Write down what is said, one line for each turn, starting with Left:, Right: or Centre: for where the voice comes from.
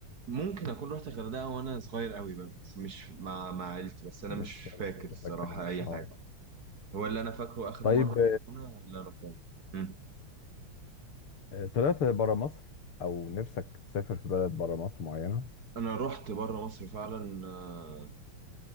Right: ممكن اكون رحت الغردقه وانا صغير قوي بقى بس مش مع مع عيلتي بس انا
Left: مش
Right: مش
Left: مش
Right: فاكر
Left: متذكر
Right: الصراحه اي
Left: اه
Right: حاجه هو اللي انا فاكره اخر
Left: طيب
Right: مره هنا اللي انا رحتها امم
Left: آه، طلعت برا مصر او نفسك تسافر في بلد برا مصر معينة
Right: انا رحت بره مصر فعلا آه،